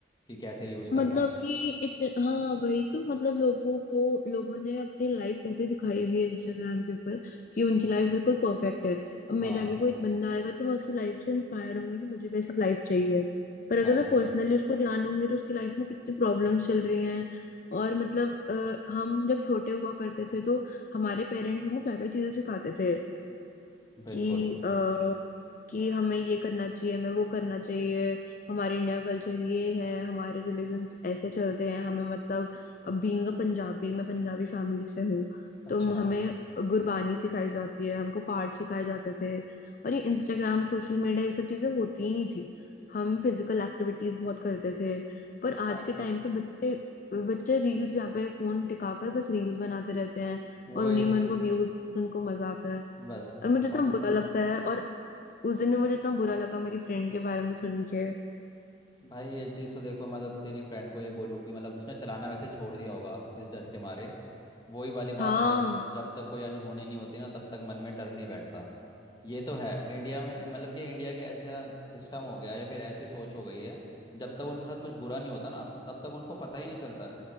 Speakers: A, on the left; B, on the left.
A: कि कैसे यूज़ करना
B: मतलब
A: है
B: कि इत, हाँ वही तो मतलब लोगों को लोगों ने अपनी लाइफ कैसे दिखाई हुई है इंस्टाग्राम के ऊपर कि उनकी
A: हाँ
B: लाइफ बिल्कुल परफेक्ट है अब मेरे
A: हाँ
B: आगे कोई बंदा आएगा तो मैं उसकी लाइफ से इंस्पायर होंगी कि मुझे कैसी लाइफ चाहिए पर अगर
A: हाँ,
B: मैं पर्सनली उसको जानूंगी तो उसकी लाइफ में कितनी प्रॉब्लम्स चल रही हैं और मतलब अ, हम जब छोटे हुआ करते थे तो हमारे पेरेंट्स हमको क्या क्या चीजें सिखाते थे
A: बिल्कुल
B: कि अ, कि हमें ये करना चाहिए हमें वो करना चाहिए हमारे इंडिया कल्चर ये है हमारे रिलीजन ऐसे चलते हैं हमें मतलब बीइंग अ पंजाबी मैं पंजाबी फैमिली से हूँ
A: अच्छा
B: तो हमें गुरबानी सिखाई जाती है हमको पाठ सिखाए जाते थे और ये इंस्टाग्राम सोशल मीडिया ये सब चीजें होती ही नहीं थी हम फिजिकल एक्टिविटीज बहुत करते थे पर
A: हाँ
B: आज के टाइम पे बच्चे बच्चे रील्स यहाँ पे फोन टिकाकर बस रील्स बनाते रहते हैं
A: वही
B: और उन्हीं में उनको व्यूज उनको मजा आता है
A: बस
B: और मुझे इतना
A: उन
B: बुरा लगता है और उस दिन में मुझे इतना बुरा लगा मेरी फ्रेंड के बारे में सुन के
A: भाई ये चीज़ तो देखो मैं तो तेरी फ्रेंड को ये बोलूँ कि मतलब उसने चलाना वैसे छोड़ दिया होगा इस डर के मारे वही वाली बात
B: हाँ
A: है जब जब तक कोई अनहोनी नहीं होती ना तब तक मन में डर नहीं बैठता ये तो है इंडिया में मतलब कि इंडिया के ऐसा सिस्टम हो गया या फिर ऐसी सोच हो गई है जब तक उनके साथ कुछ बुरा नहीं होता ना तब तक उनको पता ही नहीं चलता